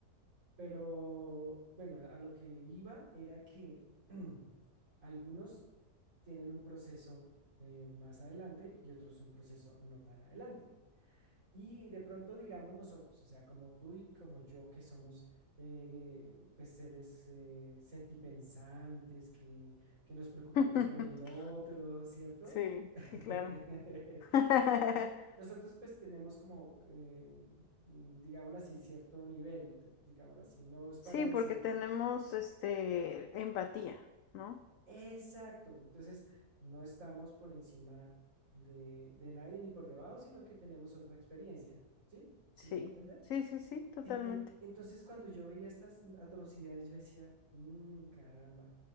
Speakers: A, on the right; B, on the left.
A: Pero bueno, a, a lo que iba era que <clears throat> algunos tienen un proceso eh, más adelante y otros un proceso no tan adelante. Y de pronto, digamos nosotros, o sea, como tú y como yo, que somos eh, pues seres eh, sentipensantes, que, que nos preocupamos
B: <laughs>
A: por el otro, ¿cierto?
B: Sí,
A: <laughs>
B: sí, claro. <laughs>
A: Sí, Nosotros pues tenemos como, eh, mm, digámoslo así, cierto nivel, t- digámoslo así, no es para
B: Sí,
A: decir
B: porque tenemos este empatía, ¿no?
A: exacto, entonces no estamos por encima de, de nadie ni por debajo, sino que tenemos otra experiencia, ¿sí? ¿Sí
B: Sí,
A: me hago entender?
B: sí, sí, sí, totalmente.
A: Sí, en- entonces cuando yo veía estas atrocidades, yo decía, "Mm, caramba,